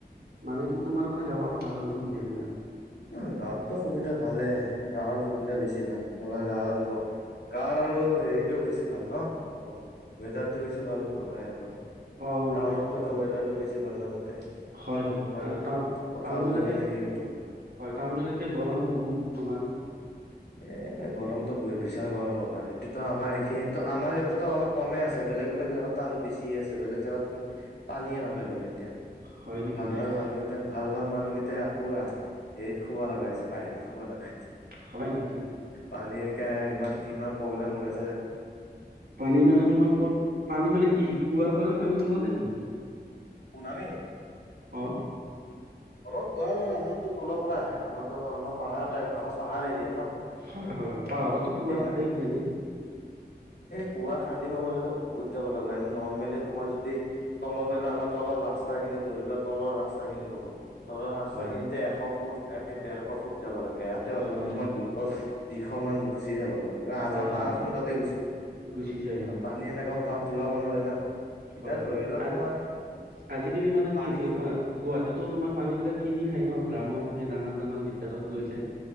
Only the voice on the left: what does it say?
অহ গাঁৱততো সুবিধা ভালে গাঁৱৰ সুবিধা বেছি ভাল। আমাৰ গাঁৱত গ গাঁওত আৰু হেৰিতটো বেছি ভাল ন? ৱেদাৰ টো বেছি ভাল আমাৰ ইয়াত- কৰা
টাউনতকৈতো
ৱেদাৰটো বেছি ভাল ন তাতে। তাতে
তোমাৰ
পথাৰত
বহি
কেনে হেৰি কৰ
এ গৰমতটো বহি ভিচাৰ গৰম লগা হয় সেইটোতো আমাৰ এইখিনিতো আমাৰ ইয়াতেতো অলপ কমেই আছে বেলেগ বেলেগ জেগাত আৰু বেছিয়ে আছে বেলেগ জেগাত পানীয়ে নাপায় বোলে এতিয়া
ভাল ভাল মানুহ কেইটা ভাল-ভাল মানুহকেইটা আকৌ ৰা- হেৰিত শুব লগা হৈছে। বাহিৰত শুবা লাগা
পানীৰ কে ইমান-ইমান প্ৰবলেম হৈ আ
<unintelligible>
তলত কুৱা নাই, আমাৰ এইটো তলৰ পৰা আহে। আমাৰতো, আমাৰ পাহাৰটাইপ, আমাৰ পাহাৰ এৰিয়া ন।
হিল
কুৱা খান্দিব গ'লেতো বহুত যাব লাগিব। এনে নৰ্মেলি তোমাৰ যদি তলৰ ফলে আমা তলৰ ৰাস্তাখিনি ধৰি লোৱা। তলৰ ৰাস্তা খিনি হ'ব। তলৰ ৰাস্তাখিনিতে
এশ ফুট এ-এ ডেৰশ ফুট যাব লাগ ইয়াতে হ'লেতো
তোমাৰ
দুইশ দুইশ মান গুচিয়ে যাব লাগিব। আধা
পাহাৰ
খুন্দুতেই গুচি,
পানী এনেকে উঠাব ওলাব নাৱাৰি না। এতিয়া
ধৰি
লোৱা
তোমাৰ
পানী